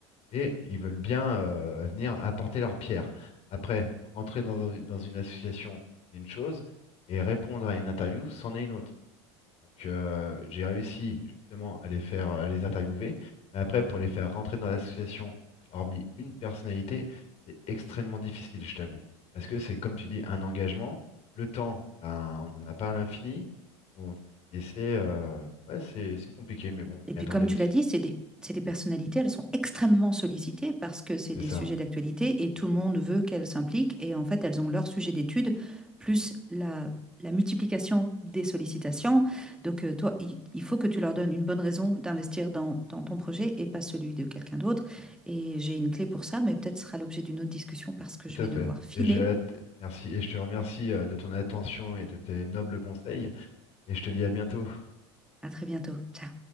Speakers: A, on the left; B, in the centre.
A: et ils veulent bien euh, venir apporter leur pierre. Après, rentrer dans, un- dans une association, c'est une chose, et répondre à une interview, c'en est une autre. Donc euh, j'ai réussi justement à les faire, à les interviewer, mais après pour les faire rentrer dans l'association, hormis une personnalité, c'est extrêmement difficile, je t'avoue. Parce que c'est comme tu dis, un engagement, le temps, ben, on n'en a pas à l'infini. On... Et c'est euh, ouais, c'est c'est compliqué, mais bon, je
B: Et
A: m'y
B: puis,
A: attendais
B: comme
A: aussi.
B: tu l'as dit, c'est des, c'est des personnalités, elles sont extrêmement sollicitées parce que c'est
A: C'est
B: des
A: ça,
B: sujets d'actualité et tout le monde veut qu'elles s'impliquent. Et en fait, elles ont leur sujet d'étude, plus la, la multiplication des sollicitations. Donc, euh, toi, il, il faut que tu leur donnes une bonne raison d'investir dans, dans ton projet et pas celui de quelqu'un d'autre. Et j'ai une clé pour ça, mais peut-être ce sera l'objet d'une autre discussion parce que
A: tout
B: je vais
A: à fait.
B: devoir filer.
A: Et j'ai hâte, merci, et je te remercie euh, de ton attention et de tes nobles conseils, et je te dis à bientôt.
B: À très bientôt. Ciao.